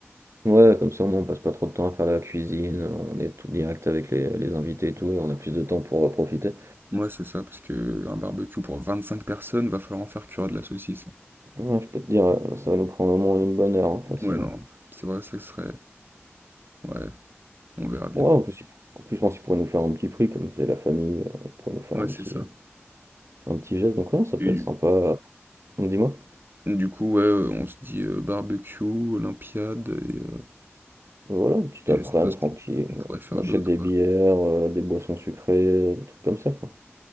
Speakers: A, on the right; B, on the right.
A: Ouais, comme ça au moins on passe pas trop de temps à faire la cuisine, on est tout direct avec les, les invités et tout, et on a plus de temps pour euh, profiter.
B: Moi, c'est ça, parce que un barbecue pour 25 personnes, va falloir en faire cuire de la saucisse.
A: Ouais, je peux te dire, euh, ça va nous prendre au moins une bonne heure, hein, facile.
B: Ouais, non,
A: hein.
B: c'est vrai, ça serait. Ouais, on verra bien.
A: Ouais, en plus, il- en plus, je pense qu'ils pourraient nous faire un petit prix, comme c'est la famille, euh, ils pourraient nous faire
B: Ouais,
A: un
B: c'est
A: petit,
B: ça.
A: un petit geste, donc ouais, ça peut
B: Et du,
A: être sympa. Dis-moi.
B: du coup, ouais, euh, on se dit euh, barbecue, Olympiade, et, euh,
A: Voilà, un petit
B: et
A: après-midi
B: je sais pas ce qu'on
A: tranquille,
B: ce qu'on pourrait faire
A: on achète
B: d'autre,
A: des
B: quoi.
A: bières, euh, des boissons sucrées, euh, des trucs comme ça, quoi.